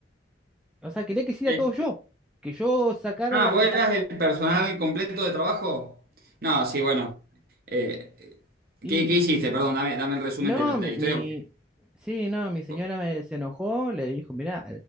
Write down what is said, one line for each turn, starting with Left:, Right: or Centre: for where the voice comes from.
Centre: O sea, quería que hiciera
Right: Sí.
Centre: todo yo, que yo sacara
Right: Ah,
Centre: la,
Right: ¿vos eras
Centre: la-
Right: el personal completo de trabajo? No, sí, bueno. Eh, ¿qué,
Centre: Sí,
Right: qué hiciste? Perdón, dame, dame el resumen
Centre: No,
Right: de la, de
Centre: mi,
Right: la historia.
Centre: mi,
Right: porque-
Centre: sí, no, mi señora
Right: co-
Centre: me, se enojó, le dijo, mirá,